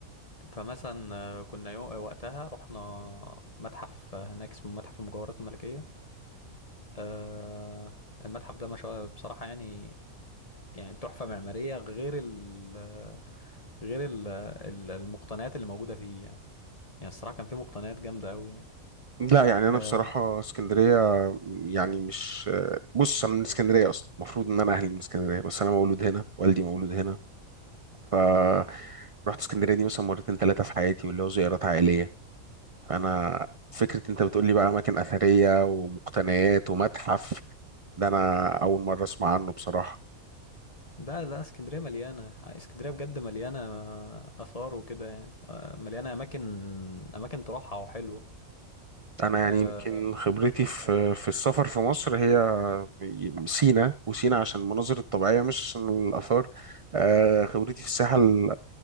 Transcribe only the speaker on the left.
فمثلا آه، كنا يو... وقتها رحنا متحف هناك اسمه متحف المجوهرات الملكيه آه المتحف ده ما شاء بصراحه يعني يعني تحفه معماريه غير ال... غير ال... ال- المقتنيات اللي موجوده فيه يعني يعني الصراحه كان فيه مقتنيات جامده قوي يعني
آه،
لا لا اسكندرية مليانة آه، اسكندرية بجد مليانة آثار وكده يعني آه، مليانة أماكن أماكن تروحها وحلوة
أه